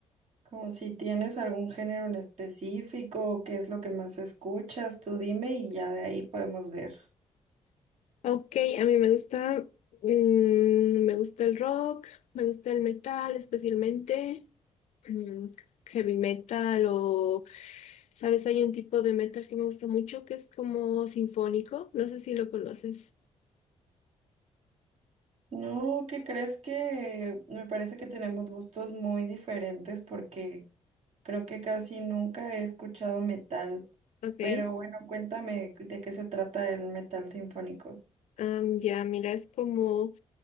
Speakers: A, on the right; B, on the left.
A: como si tienes algún género en específico, o qué es lo que más escuchas, tú dime y ya de ahí podemos ver.
B: Ok, a mí me gusta, mm, me gusta el rock, me gusta el metal, especialmente mm, heavy metal o ¿Sabes? Hay un tipo de metal que me gusta mucho que es como sinfónico. No sé si lo conoces.
A: No, ¿qué crees que me parece que tenemos gustos muy diferentes porque creo que casi nunca he escuchado metal,
B: Ok,
A: pero bueno, cuéntame de qué se trata el metal sinfónico.
B: am, ya, mira, es como,